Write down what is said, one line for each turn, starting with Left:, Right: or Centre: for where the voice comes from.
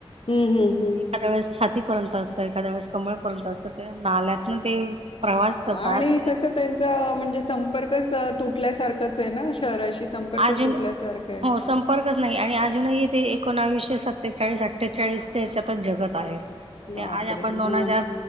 Left: हम्म हम्म हम्म
Right: एखाद्या वेळेस छातीपर्यंत असतं. एखाद्या वेळेस कमळपर्यंत असतं. ते नाल्यातन ते प्रवास करतात
Left: आणि कस त्यांचा म्हणजे, संपर्कच तुटल्यासारखचे ना. शहराशी. संपर्कच
Right: अजून
Left: तुटल्यासारखय.
Right: हो संपर्कच नाही. आणि अजूनही ते एकोणावीसशे सत्तेचाळीस, अठ्ठेचाळीसच्या या्याच्यात जगत आहे. म्हणजे
Left: बापरे
Right: आज आपण दोन
Left: हा
Right: हजार